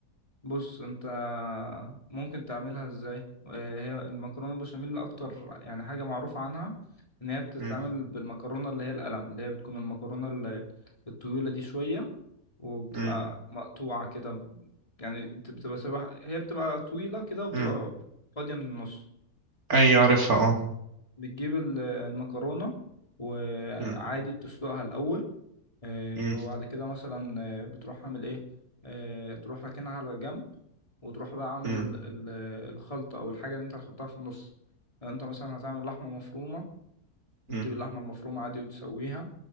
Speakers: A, on the left; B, on the right.
A: بص انت ممكن تعملها ازاي وهي المكرونه البشاميل اللي اكتر يعني حاجه معروفه عنها ان هي بتتعمل
B: مم.
A: بالمكرونه اللي هي القلم اللي هي بتكون المكرونه ال- الطويله دي شويه وبتبقى
B: مم.
A: مقطوعه كده يعني بت- بتبقى شبه هي بتبقى طويله كده وبتبقى
B: مم.
A: فاضيه من النص
B: ايوه عارفها اه
A: بتجيب ال- المكرونه وعادي
B: مم.
A: بتسلقها الاول آه،
B: مم.
A: وبعد كده مثلا آه، بتروح عامل ايه آه، تروح راكنها على الجنب وتروح بقى عامل
B: مم.
A: ال- ال- الخلطة او الحاجة اللي انت هتحطها في النص يعني انت مثلا هتعمل لحمة مفرومة بتجيب
B: مم.
A: اللحمة المفرومة عادي وتسويها